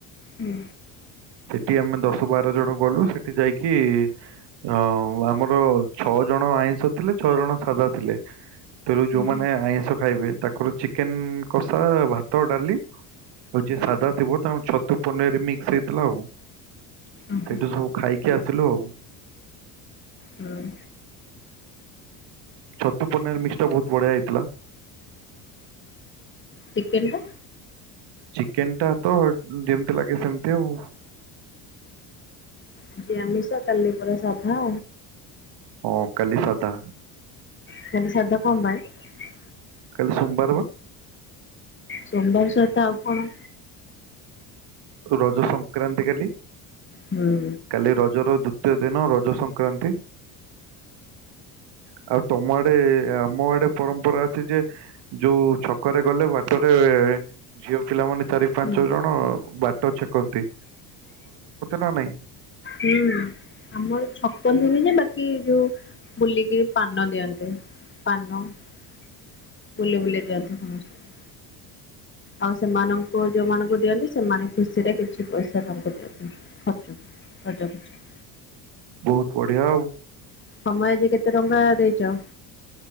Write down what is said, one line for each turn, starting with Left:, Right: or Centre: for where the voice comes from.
Left: ହୁଁ
Right: ସେଠି ଆମେ ଦଶ ବାର ଜଣ ଗଲୁ ସେଠି ଯାଇକି ଅ ଆମର ଛଅ ଜଣ ଆଇଁଷ ଥିଲେ ଛଅ ଜଣ ସାଧା ଥିଲେ ତେଣୁ
Left: ହୁଁ
Right: ଯୋଉମାନେ ଆଇଁଷ ଖାଇବେ ତାଙ୍କର ଚିକେନ କଷା ଭାତ ଡାଲି ଆଉ ଯିଏ ସାଧା ଥିବ ତାଙ୍କ ଛ, ତୁ ପନିର ମିକ୍ସ ହେଇଥିଲା ଆଉ <inaudible>
Left: ହୁଁ ହୁଁ।
Right: ସେଇଠୁ ସବୁ ଖାଇକି ଆସିଲୁ ଆଉ <inaudible>
Left: ହୁଁ।
Right: ଛତୁ ପୂର୍ଣ୍ଣ ମିକ୍ସ ଟା ବହୁତ ବଢିଆ ହେଇଥିଲା <inaudible>
Left: ଚିକେନଟା
Right: ଚିକେନ ଟା ତ ଯେମିତି ଲାଗେ ସେମତି ଆଉ <inaudible>
Left: ଆଜ୍ଜି ଆମିସ କାଲି ପୁରା ସାଧା
Right: ହଁ କାଲି ଶାଧା
Left: କାଲି ଶାଧା କଣ ପାଇଁ
Right: କାଲି ସୋମବାର ବା
Left: ସୋମବାର ସହିତ ଆଉ କଣ
Right: ରଜ ସଂକ୍ରାନ୍ତି କାଲି।
Left: ହୁଁ
Right: କାଲି ରଜର ଦୁ। ଦୃତୀୟ ଦିନ ରଜ ସଂକ୍ରାନ୍ତି । <inaudible> ଆଉ ତମ ଆଡେ ଆମ ଆଡେ ପରମ୍ପରା ଅଛି ଯେ ଯୋଉ ଛକରେ ଗଲେ ବାଟରେ ଝିଅ ପିଲାମାନୋନେ ଚାରି ପାଞ୍ଚ
Left: ହୁଁ
Right: ଜଣ ବା ଟ ଛେକନ୍ତି। ନା ନାଇଁ?
Left: ହୁଁ ଆମର ଛପନ ହେନ ଯେ ବାକି ଯୋଉ ବୁଲିକିରି ପାନ ଦିଅନ୍ତେ। ପାନ <inaudible> ବୁଲି ବୁଲି ଦିଅନ୍ତେ ସମସ୍ତଙ୍କୁ ଆଉ ସେମାନଙ୍କୁ ଯୋଉମାନଙ୍କୁ ଦିଅନ୍ତି ସେମାନେ ଖୁସିରେ କିଛି ପଇସା ତାଙ୍କୁ ଦିଅନ୍ତୁ ଖର୍ଚ୍ଚ ରଜ ଖର୍ଚ୍ଚ <inaudible>
Right: ବହୁତ ବଢିଆ ଆଉ
Left: ତମେ ଆଜି କେତେ ଟଙ୍କା ଦେଇଚ?